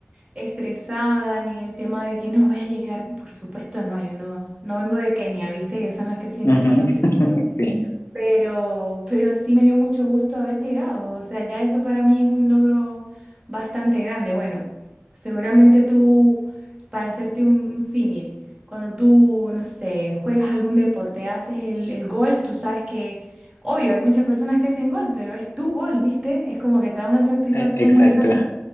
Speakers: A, on the right; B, on the left.
A: estresada ni el tema de que no voy a llegar, por supuesto no, yo no, no vengo de Kenia, viste que son las que siempre
B: Ujú,
A: llegan
B: <laughs>
A: primero.
B: Sí,
A: Pero, pero sí me dio mucho gusto haber llegado. O sea, ya eso para mí es un logro bastante grande. Bueno, seguramente tú, para hacerte un, un símil, cuando tú, no sé, juegas algún deporte, haces el, el gol, tú sabes que, obvio, hay muchas personas que hacen gol, pero es tu gol, ¿viste? Es como que te da una satisfacción
B: e- exacto,
A: muy grande.